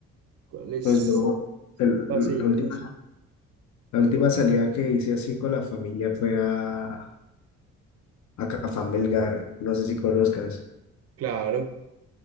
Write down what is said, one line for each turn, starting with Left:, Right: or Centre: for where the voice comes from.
Right: cuáles
Left: Pues, bro, el-
Right: paseitos
Left: la última,
Right: así?
Left: la última salida que hice así con la familia fue a, a Cafán Belgar, no sé si conozcas.
Right: Claro,